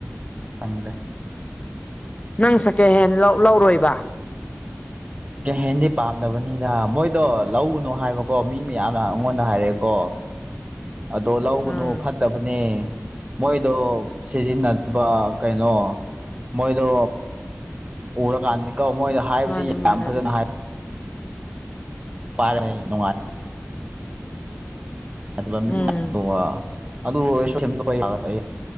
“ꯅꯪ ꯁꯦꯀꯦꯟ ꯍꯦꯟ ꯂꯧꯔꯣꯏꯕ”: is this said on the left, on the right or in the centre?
Left